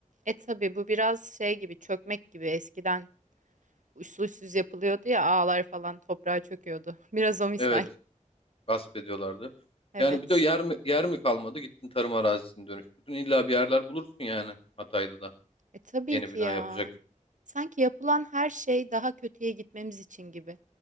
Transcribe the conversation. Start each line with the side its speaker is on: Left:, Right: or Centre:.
Right: E tabii bu biraz şey gibi çökmek gibi eskiden uçsuz uçsuz yapılıyordu ya ağlar falan toprağa çöküyordu. <laughs> Biraz o misal.
Left: Evet gasp ediyorlardı.
Right: Evet.
Left: Yani bir de yer mi, yer mi kalmadı gittin tarım arazisini dönüştürdün. İlla bir yerler bulursun yani Hatay'da da
Right: E tabii
Left: yeni
Right: ki
Left: bina
Right: ya.
Left: yapacak.
Right: Sanki yapılan her şey daha kötüye gitmemiz için gibi.